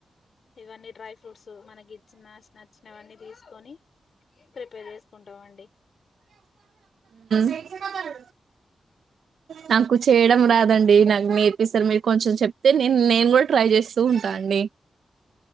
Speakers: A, on the left; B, on the right.
A: ఇవన్నీ డ్రై ఫ్రూట్స్ మనకి ఇచ్చిన అస్ వచ్చినవన్నీ తీసుకొని ప్రిపేర్ చేసుకుంటాం అండి
B: రెచ్చిపోతాడు నాకు చేయడం రాదు దండి నాకు నేర్పిస్తారు మీరు కొంచెం చెప్తే నేను కూడా ట్రై చేస్తూ ఉంటా అండి